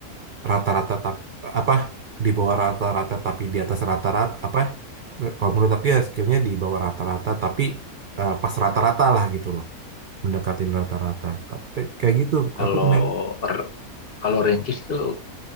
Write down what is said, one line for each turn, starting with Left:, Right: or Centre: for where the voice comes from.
Right: rata-rata tap, apa di bawah rata-rata tapi di atas rata-rata apa eh, kalau menurut aku ya skillnya di bawah rata-rata tapi eh, pas rata-rata lah gitu loh mendekatin rata-rata tapi te- kayak gitu
Left: kalau
Right: aku seneng
Left: kalau Rangers tuh